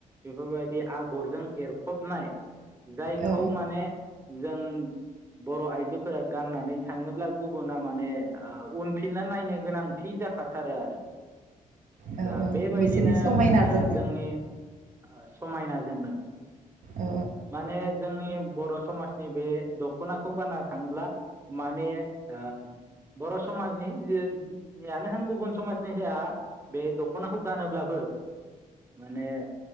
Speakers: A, on the right; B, on the right.
A: बेफोरबायदि आगरजों एरफबनाय जायखौ
B: औ
A: माने जों बर आइजोफोरा गाननानै थाङोब्ला गुबुना माने ओ उनफिनना नायनो गोनांथि जाखाथारो आरो
B: औ
A: दा
B: औ
A: बेबायदिनो
B: बिसोरनि समायनाजोंनो
A: ओ जोंनि ओ समायनाजोंनो
B: औ
A: माने जोंनि बर समाज नि बे दखनाखौ गानना थाङोब्ला माने ओ बर समाजनियानो होन गुबुन समाजनि जाया बे दखनाखौ गानोब्लाबो माने